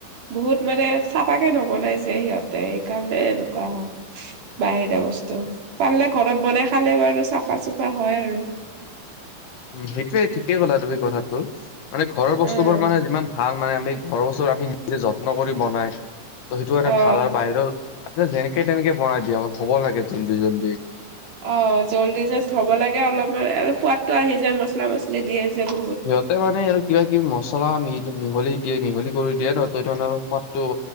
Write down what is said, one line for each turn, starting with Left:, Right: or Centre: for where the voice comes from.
Right: বহুত মানে চফাাকে নবনাইছে সিহঁতে সেইকাৰণে এনেকুৱা হ বাহিটা বস্তু পাৰিলে ঘৰত বনাই খালে বাৰু চাফা চুফা হয় আৰু
Left: উম সেইটোয়ে ঠিকেই কলা তুমি কথাটো মানে ঘৰৰ বস্তু
Right: উম
Left: বোৰ মানে যিমান ভাল ভাল মানে আমি ঘৰৰ ওচৰত আমি নিজে যত্ন কৰি বনাই ত সেইটো কাৰণে
Right: অ
Left: ভাল আৰু বাহিৰৰ আ যেনেকে তেনেকে বনাই দিয়া অক হ'ব লাগে জল্দি জল্দি
Right: অ', জল্দি জাষ্ট হব লাগে অলপমান আৰু সোৱাদটো আহি যায় মছলা মছলি দিয়ে যে বহুত।
Left: সিহঁতে মানে আৰু কিবা কিবি মছলা মিল মিহলি দিয়ে মিহলি কৰি দিয়ে ন' ত' সোৱাদটো